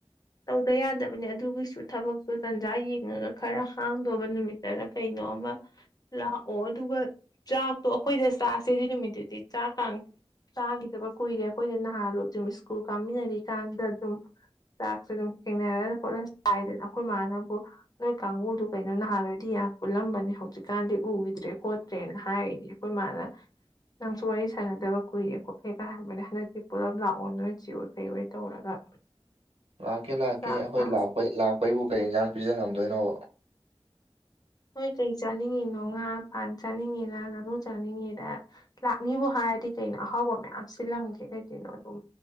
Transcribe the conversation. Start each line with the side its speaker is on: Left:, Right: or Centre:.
Left: ꯇꯧꯗ ꯌꯥꯗꯕꯅꯦ ꯑꯗꯨꯒꯤꯁꯨ ꯊꯕꯛꯇꯨ ꯇꯟꯖꯥ ꯌꯦꯡꯉꯒ ꯈꯔ ꯍꯥꯡꯗꯕ ꯅꯨꯃꯤꯠꯇꯔ ꯀꯩꯅꯣ ꯀꯩꯅꯣꯃ ꯂꯥꯛꯑꯣ ꯑꯗꯨꯒ ꯆꯥꯛꯇꯣ ꯑꯩꯈꯣꯏꯗ ꯆꯥꯁꯦꯗꯤ ꯅꯨꯃꯤꯠꯇꯨꯗꯤ ꯆꯥꯛ ꯀꯥꯡ ꯆꯥꯈꯤꯗꯕ ꯀꯨꯏꯔꯦ ꯑꯩꯈꯣꯏꯗ ꯅꯍꯥꯔꯣ ꯑꯗꯨꯝ ꯁ꯭ꯀꯨꯜ ꯀꯥꯃꯤꯟꯅꯔꯤꯀꯥꯟꯗ ꯑꯗꯨꯝ ꯆꯥꯛꯁꯨ ꯑꯗꯨꯝ ꯊꯦꯡꯅꯔ ꯈꯣꯠꯂ ꯆꯥꯏꯗꯅ ꯑꯩꯈꯣꯏ ꯏꯃꯅꯕꯨ ꯅꯣꯏ ꯀꯥꯡꯕꯨꯗꯨ ꯀꯩꯅꯣ ꯅꯍꯥꯟꯜꯂꯣꯏꯗꯤ ꯌꯥꯝ ꯎꯜꯂꯝꯕꯅꯦ ꯍꯧꯖꯤꯛꯀꯥꯟꯗꯤ ꯎꯈꯤꯗ꯭ꯔꯦ ꯈꯣꯠꯇ꯭ꯔꯦꯅ ꯍꯥꯏꯔꯤꯅꯦ ꯑꯩꯈꯣꯏ ꯃꯥꯅ ꯅꯪꯁꯨ ꯋꯥꯔꯤ ꯁꯥꯟꯅꯗꯕ ꯀꯨꯏꯔꯦ ꯈꯣꯠꯂꯦꯒ ꯍꯥꯏꯕꯅꯦ ꯍꯟꯗꯛꯇꯤ ꯄꯨꯂꯞ ꯂꯥꯛꯑꯣ ꯅꯣꯏ ꯆꯤꯔꯣꯏ ꯀꯩꯔꯣꯏ ꯇꯧꯔꯒ <unintelligible>
Right: ꯂꯥꯛꯀꯦ ꯂꯥꯛꯀꯦ
Left: ꯆꯥꯛ
Right: ꯑꯩꯈꯣꯏ
Left: ꯆꯥꯁꯦ
Right: ꯂꯥꯛꯄ ꯂꯥꯛꯄꯩꯕꯨ ꯀꯩ ꯏꯟꯁꯥꯡ ꯄꯤꯖ ꯉꯝꯗꯣꯏꯅꯣꯕ
Left: ꯅꯣꯏ ꯀꯔꯤ ꯆꯥꯅꯤꯡꯉꯤꯅꯣ ꯉꯥ ꯄꯥꯟ ꯆꯥꯅꯤꯡꯉꯤꯗ ꯉꯥꯅꯨ ꯆꯥꯅꯤꯡꯉꯤꯗ ꯂꯥꯛꯅꯤꯕꯨ ꯍꯥꯟꯅ ꯍꯥꯏꯗꯤ ꯀꯩꯅꯣ ꯑꯍꯥꯎꯕ ꯃꯌꯥꯝ ꯁꯤꯜꯂꯝꯒꯦ ꯀꯩꯒꯤꯅꯣ ꯑꯗꯨꯝ